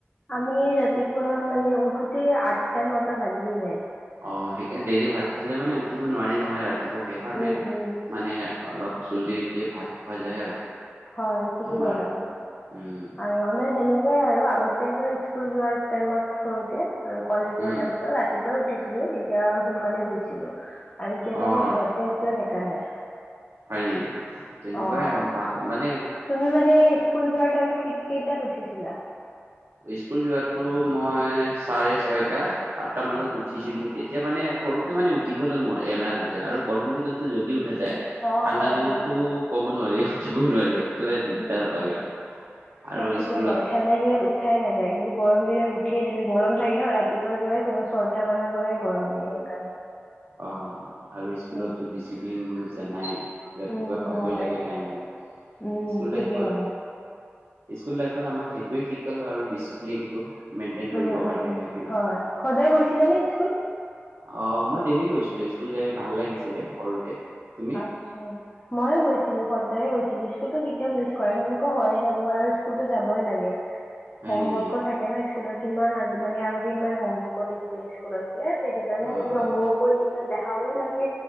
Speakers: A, on the left; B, on the right.
A: আমি ৰাতিপুৱা মানে উঠোতে আঠটা নটা বাজিয়ে যায়।
B: অ সেইকে দেৰি ভাত খালে মানে উঠিব নোৱাৰি নহয় ৰাতিপুৱা সেইকাৰণে।
A: উম উম
B: মানে অলপ জলদিকে ভাত খোৱা যায় আৰু।
A: হয় ঠিকেই
B: আমাৰ
A: হলা তুমি
B: উম
A: আৰু আমাৰ সেনেকুৱাই আৰু আগতেতো স্কুল যোৱাৰ। টাইমত সৰুতে আৰু কলেজৰ
B: উম
A: টাইমতো ৰাতিপ। পুৱাই উঠিছিলো তেতিয়া সোনকালে শুইছিলো আৰু এতিয়া ত
B: অ
A: এনে ঘৰতে আছো সেইকাৰণে।
B: হয় নেকি, তেনেকুৱাই
A: অ
B: <unintelligible> ভ মানে।
A: তুমি মানে স্কুল যোৱাৰ টাইমত কেই কেইটাত উঠিছিলা।
B: স্কুল যোৱটো মই চাৰে ছয়টা। সাত তা মানত উঠিছিলো। তেতিয়া মানে সৰুতে মানে উঠিবলে মোৰ এলাহ নাযায় আৰু। গৰম দিনততো জল্ডি উঠা যায়,
A: অ',
B: ঠাণ্ডা
A: অ',
B: দিনতো
A: হয়, হয়।
B: ক'ব নোৱাৰি উঠিবই নোৱাৰি এক একেবাৰে দিগদাৰ
A: উম,
B: পোৱাকে
A: উম।
B: আৰু
A: সেইটোতো
B: স্কুলত
A: হয়, ঠাণ্ডা দিনত উঠাই নাযায়। কিন্তু গৰম দিনত উঠিয়ে যেনে গৰম থাকে ন' ৰাতিপুৱাৰ পৰাই তোমাৰ চৰ টা মানৰ পৰাই গৰম দিয়ে সেইকাৰণে।
B: অঁ হয়। আৰু স্কুলততো
A: উম,
B: ডিচিপ্লিন বোৰ জানাই, ৰাতিপুৱা
A: উম,
B: পাবই
A: হয়,
B: লাগে টাইমত।
A: উম
B: স্কুল
A: ঠিকেই
B: লাইফত
A: ক'লা।
B: স্কুল লাইফত আমাক সেইটোৱেই শিকালে আৰু ডিচিপ্লিনটো। মেইনটেইন কৰিবৰ
A: উম
B: কাৰণে
A: উম
B: কি
A: হয়, সদায় গৈছিলে
B: নহয়।
A: নে স্কুল?
B: অ' মই ডেইলী গৈছিলো, স্কুল যাই ভাল লাগিছিলে সৰুতে। তুমি?
A: আচ্ছা। ময়ো গৈছিলো সদায়ে গৈছিলো, স্কুলতো কেতিয়াও মিছ কৰা নাই। সেনেকুৱা হয় ন' তোমাৰ আৰু স্কুলতো যাবই লাগে।
B: হয়
A: হোমৱৰ্কো
B: নেকি?
A: থাকে ন' স্কুলত, কিমান আ মানে আগতে ইমান হোমৱৰ্কো দিছিলে স্কুলত। এ সেইকাৰণে
B: অ',
A: আৰু
B: অ',
A: হোমৱৰ্ক কৰি দেখাবই লাগে